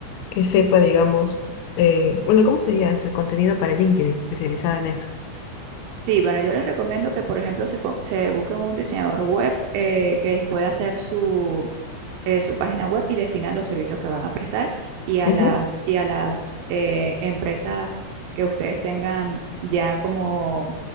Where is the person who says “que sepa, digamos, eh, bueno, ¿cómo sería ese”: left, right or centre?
Left